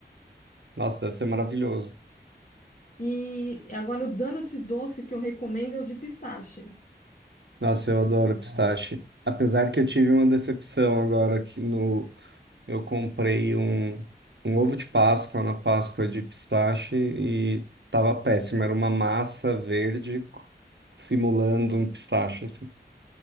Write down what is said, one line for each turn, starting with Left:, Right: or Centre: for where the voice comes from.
Right: Nossa, deve ser maravilhoso.
Left: E agora o donut doce que eu recomendo é o de pistache.
Right: Nossa, eu adoro pistache. Apesar que eu tive uma decepção agora aqui no, Eu comprei um, um ovo de Páscoa na Páscoa de pistache e tava péssimo. Era uma massa verde co- simulando um pistache, assim.